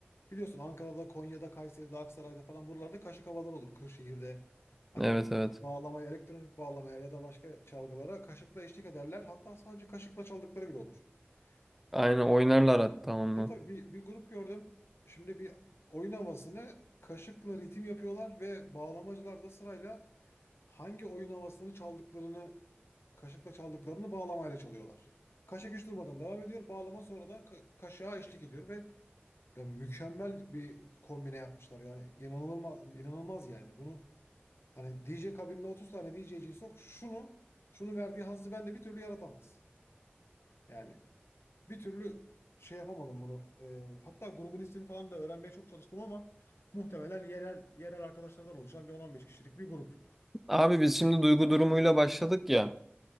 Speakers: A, on the left; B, in the centre.
A: Biliyorsun Ankara'da, Konya'da, Kayseri'de, Aksaray'da falan buralarda kaşık havalar olur. Kırşehir'de hani
B: Evet evet.
A: bağlamaya, elektronik bağlamaya ya da başka çalgılara kaşıkla eşlik ederler. Hatta sadece kaşıkla çaldıkları bile olur.
B: Aynen
A: Ee,
B: oynarlar hatta onunla.
A: tabii tabii bir, bir grup gördüm. Şimdi bir oyun havasını kaşıkla ritim yapıyorlar ve bağlamacılar da sırayla hangi oyun havasını çaldıklarını, kaşıkla çaldıklarını bağlamayla çalıyorlar. Kaşık hiç durmadan devam ediyor. Bağlama sonra da ka- kaşığa eşlik ediyor ve ya mükemmel bir kombine yapmışlar yani inanılmaz inanılmaz yani bunu hani DJ kabinine 30 tane DJ'ciyi sok şunu şunu verdiği hazzı bende bir türlü yaratamaz. Yani bir türlü şey yapamadım bunu. Ee, hatta grubun ismini falan da öğrenmeye çok çalıştım ama muhtemelen yerel yerel arkadaşlardan oluşan bir 10-15 kişilik bir grup.
B: Abi biz şimdi duygu durumuyla başladık ya.